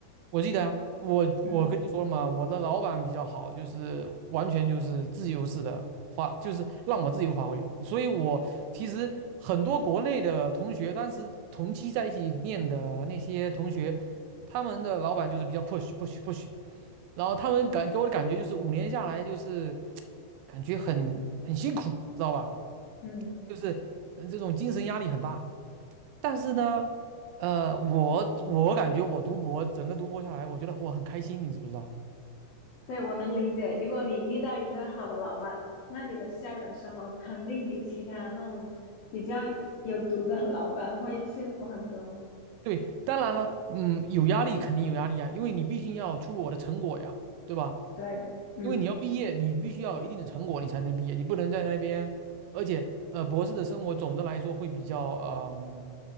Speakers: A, on the right (about 85°); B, on the left (about 70°).
A: 我记得啊我我跟你说了嘛，
B: 嗯
A: 我的老板比较好，就是完全就是自由式的发，就是让我自由发挥。所以我其实很多国内的同学，当时同期在一起念的那些同学，他们的老板就是比较 push push push，然后他们感给我的感觉就是五年下来就是 <tsk> 感觉很很辛苦，知道吧？
B: 嗯，
A: 就是呃这种精神压力很大。但是呢，呃，我我感觉我读博整个读博下来，我觉得我很开心，你知不知道？
B: 对，我能理解。如果你遇到一个好的老板，那你的校园生活肯定比其他那种比较有毒的老板会幸福很多。
A: 对，当然了，嗯，有压力肯定有压力啊，因为你毕竟要出我的成果呀，对吧？
B: 对，嗯，
A: 因为你要毕业，你必须要有一定的成果，你才能毕业，你不能在那边。而且，呃，博士的生活总的来说会比较，嗯、